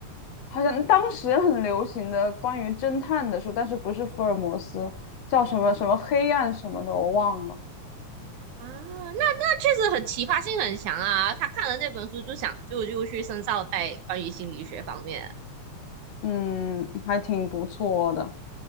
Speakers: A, on the left; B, on the right.
A: 好像当时很流行的关于侦探的书，但是不是福尔摩斯，叫什么什么黑暗什么的，我忘了。
B: 啊，那那确实很奇葩性很强啊！他看了那本书就想就就去深造在关于心理学方面，
A: 嗯，还挺不错的。